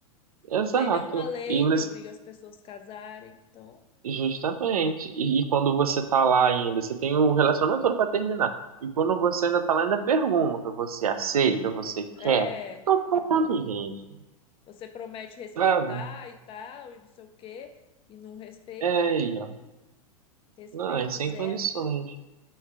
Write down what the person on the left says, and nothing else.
Não tem nenhuma lei
que obriga as pessoas a casarem. Então,
é.
Você promete respeitar
e tal, e não sei o quê, e não respeita.
Respeito
zero.